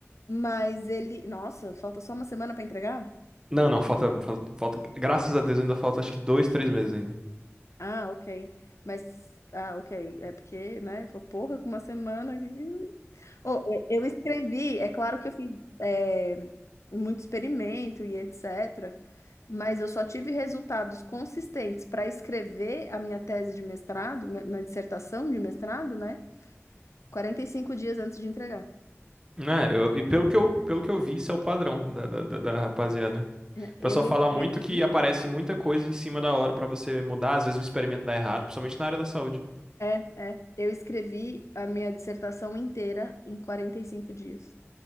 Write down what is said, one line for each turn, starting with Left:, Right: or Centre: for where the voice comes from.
Left: Mas ele, nossa, falta só uma semana para entregar?
Right: Não, não, falta, falta, falta- graças a Deus ainda falta acho que dois, três meses ainda.
Left: Ah, ok. Mas, ah, ok. É porque, né? Foi porra, com uma semana aqui. Oh, eu eu escrevi, é claro que eu fiz é, muito experimento e etc., mas eu só tive resultados consistentes para escrever a minha tese de mestrado, na na dissertação de mestrado, né? 45 dias antes de entregar.
Right: Né, eu- e pelo que eu, pelo que eu vi, isso é o padrão da, da, da, da rapaziada.
Left: É,
Right: O pessoal
Left: Eu escrevi,
Right: fala muito que aparece muita coisa em cima da hora pra você mudar, às vezes o experimento dá errado, principalmente na área da saúde.
Left: é, é, eu escrevi a minha dissertação inteira em 45 dias.